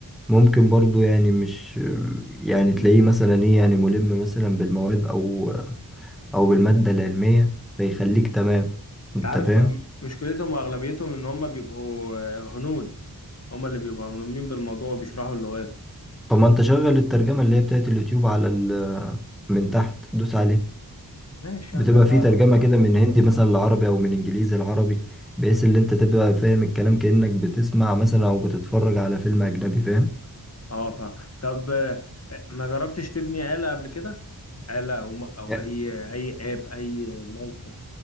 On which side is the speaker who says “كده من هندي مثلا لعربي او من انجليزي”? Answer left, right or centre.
Centre